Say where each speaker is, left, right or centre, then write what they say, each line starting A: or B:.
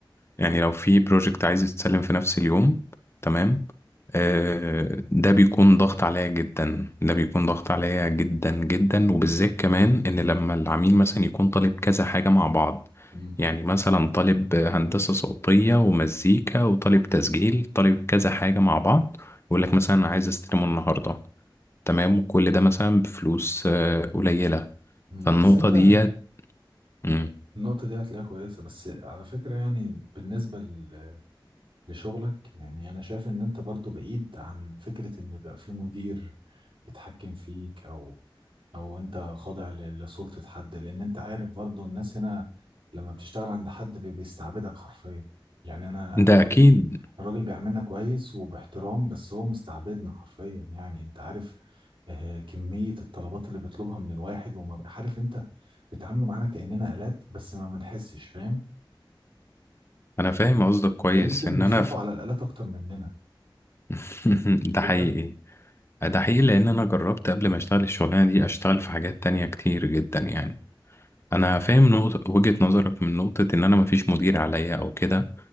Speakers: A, on the left; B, on the right.
A: يعني لو في بروجكت عايز يتسلم في نفس اليوم تمام آه، ده بيكون ضغط عليا جدا ده بيكون ضغط عليا جدا جدا وبالذات كمان ان لما العميل مثلا يكون طالب كذا حاجة مع بعض
B: امم
A: يعني مثلا طالب هندسة صوتية ومزيكا وطالب تسجيل طالب كذا حاجة مع بعض يقول لك مثلا أنا عايز استلمه النهاردة تمام وكل ده مثلا بفلوس آه، قليلة
B: أمم.
A: فالنقطة
B: بس انت
A: ديت مم.
B: النقطه دي هتلاقيها كويسه بس على فكره يعني بالنسبه ل لشغلك يعني انا شايف ان انت برضو بعيد عن فكرة ان بقى في مدير بيتحكم فيك او او انت خاضع ل- لسلطة حد لان انت عارف برضو الناس هنا لما بتشتغل عند حد بي- بيستعبدك حرفيا يعني انا
A: ده
B: انا الراجل
A: أكيد
B: الراجل بيعاملنا كويس وباحترام بس هو مستعبدنا حرفيا يعني انت عارف آه، كمية الطلبات اللي بيطلبها من الواحد وما بقى- عارف انت بيتعاملوا معانا كأننا آلات بس ما بنحسش فاهم
A: انا فاهم قصدك كويس
B: ده يمكن
A: ان
B: بيخافوا
A: انا
B: على الآلات اكتر مننا
A: <laughs>
B: بجد
A: ده حقيقي ده حقيقي لان انا جربت قبل ما اشتغل الشغلانه دي اشتغل في حاجات تانية كتير جدا يعني انا فاهم نقطة وجهة نظرك من نقطة ان انا مفيش مدير عليا او كده